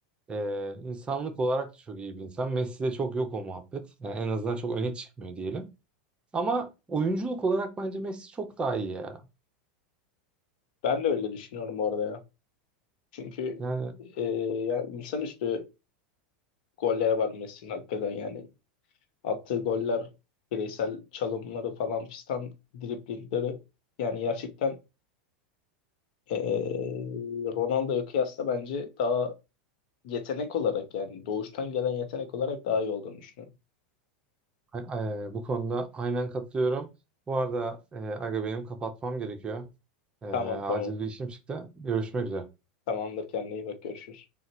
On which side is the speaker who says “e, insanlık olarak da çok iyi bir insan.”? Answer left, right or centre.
Right